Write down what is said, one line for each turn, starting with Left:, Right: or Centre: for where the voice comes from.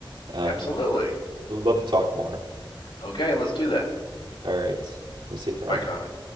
Right: Um,
Left: Absolutely.
Right: we'd love to talk more.
Left: Okay, let's do that.
Right: All right, we'll see you, Carl.
Left: Bye, Connor.